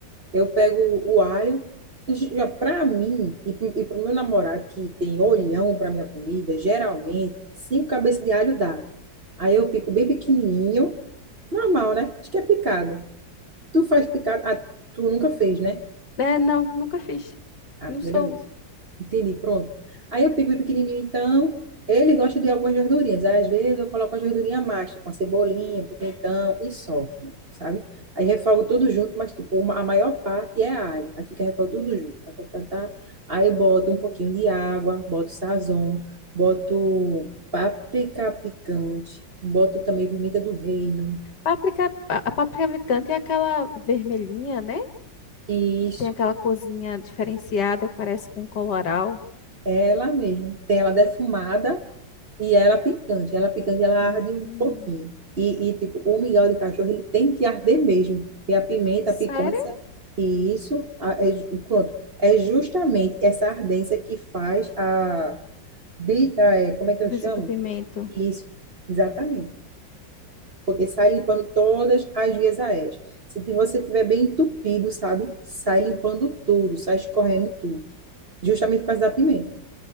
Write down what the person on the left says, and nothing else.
É, não, nunca fiz.
Não
sou.
Páprica, a a páprica picante é aquela vermelhinha, né?
Que tem aquela corzinha diferenciada, parece com coloral.
Hum.
Sério?
Desentupimento.